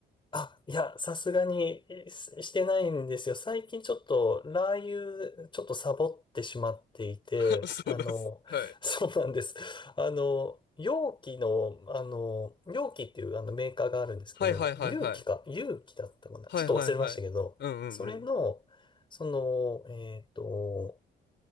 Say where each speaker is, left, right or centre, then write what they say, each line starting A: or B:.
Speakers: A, on the left; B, on the left.
A: あ、いや、さすがにえししてないんですよ。最近ちょっとラー油、ちょっとサボってしまっていて、
B: <laughs> そうです。
A: あの、
B: はい。
A: <laughs> そうなんです。あの、容器の、あの、容器っていうあのメーカーがあるんですけど、
B: はいはいはいはい。
A: 容器か、容器だったかな。
B: はいはいはい。
A: ちょっと忘れましたけど、
B: うんうんうん。
A: それの、その、えっと、